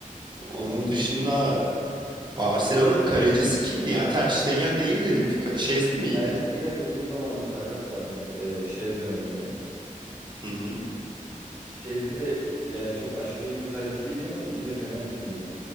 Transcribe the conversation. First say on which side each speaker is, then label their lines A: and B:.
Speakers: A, on the right (about 35°); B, on the right (about 20°).
A: Onun
B: Aynen
A: dışında
B: öyle.
A: Barcelona'nın kalecisi kimdi ya? Ter Stegen değil de dünkü ka- Şezli miydi?
B: Ter Stegen uzun zamandır sakat zaten. E, Şezne oynuyor.
A: Hı hı.
B: Şezni de yani çok aşırı iyi bir kaleci değil ama dün de fena değildi yine.